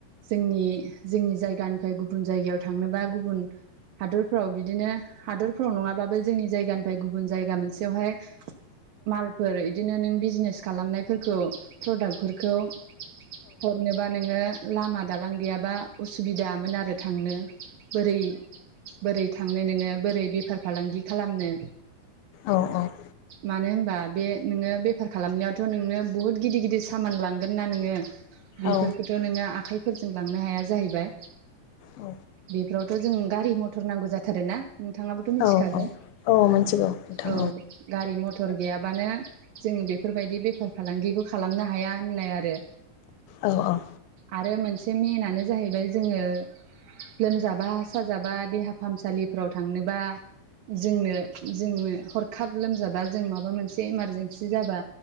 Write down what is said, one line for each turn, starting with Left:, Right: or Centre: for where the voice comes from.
Right: जोंनि जोंनि जायगानिफ्राय गुबुन जायगायाव थांनोबा गुबुन हादरफ्राव बिदिनो हादरफ्राव नङाबाबो जोंनि जायगानिफ्राय गु बुन जायगा मोनसेयावहाय मालफोर इदिनो नों बिजनेस खालामनाय फोरखौ प्रडाक्टफोरखौ हरनोबा नोङो लामा दालां गैयाबा उसुबिदामोन आरो थांनो। बोरै बोरै थांनो नोङो बोरै बेफार फालांगि खालामनो
Left: औ औ।
Right: मानो होनबा बे नोङो बेफार खालामनायावथ' नोंनो बहुद गिदिर गिदिर सामान लांगोन ना नोङो बेफोरखौथ'
Left: औ
Right: नोङो आखाइ फोरजों लांनो हाया जाहैबाय
Left: औ
Right: बेफोरावथ' जों गारि मथर थर नांगौ जाथारोना नोंथाङाबोथ' मिथिखागौ
Left: औ औ औ मिथिगौ नोंथां
Right: औ गारि मथर गैयाबानो जों बेफोरबायदि बेफार फालांगिखौ खालामनो हाया होननाय आरो
Left: औ औ
Right: आरो मोनसे मेनानो जाहैबाय जोङो लोमजाबा साजाबा देहा फाहामसालिफ्राव थांनोबा जोंनो जोंनो हरखाब लोमजाबा जों माबा मोनसे इमारजेन्सि जाबा